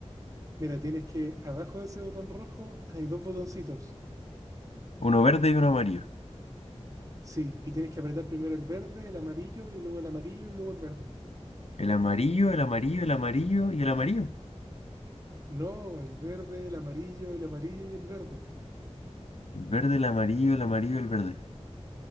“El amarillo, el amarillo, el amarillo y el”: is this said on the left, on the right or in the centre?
Left